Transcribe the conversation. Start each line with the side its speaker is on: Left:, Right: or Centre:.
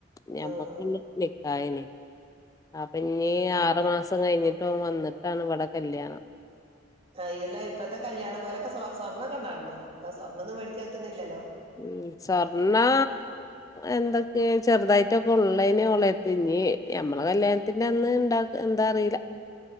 Left: ഞമ്മക്ക്
Right: ആഹ്
Left: <unintelligible> ക്കായിനി. അപ്പ ഞീ
Right: ഉം
Left: ആറു മാസം കഴിഞ്ഞ് ട്ടോൻ വന്നിട്ടാണ് ഇവടെ കല്യാണം.
Right: കയ്യുലേ. ഇപ്പത്തെ കല്യാണ പോലൊക്കെ സ്വ സ്വർണ്ണൊക്കണ്ടാൺല്ലോ ഇപ്പൊ സ്വർണ്ണൊന്നും മേടിക്കാ ക്കിന്നില്ലല്ലോ.
Left: ഉം സ്വർണ്ണാ എന്തൊക്കെ ചെറുതായിട്ടൊക്കെ ഒള്ളേനി ഓളെര്ത് ഇ ഞി ഞമ്മള കല്യാണത്തിന്റെ അന്ന് ഇണ്ടാക്ക എന്താ അറീല്ല.